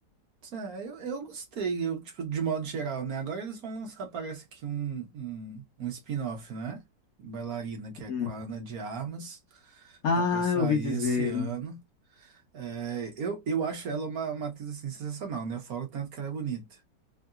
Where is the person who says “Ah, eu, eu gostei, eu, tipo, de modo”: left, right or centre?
Right